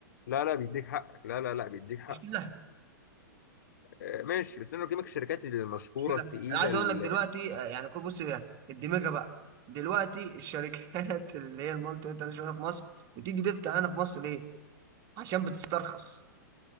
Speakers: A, on the left; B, on the right.
A: لا لا بيديك حقك لا لا لا بيديك حق
B: مش كلها
A: آه ماشي بس انا بكلمك الشركات المشهوره
B: مش كلها
A: التقيله
B: انا عايز
A: ال-
B: اقول لك دلوقتي آه، يعني كل- بص يا- الدماغه بقى دلوقتي الشركات <laughs> اللي هي المالتي انترناشونال في مصر بتيجي تفتح هنا في مصر ليه؟ عشان بتسترخص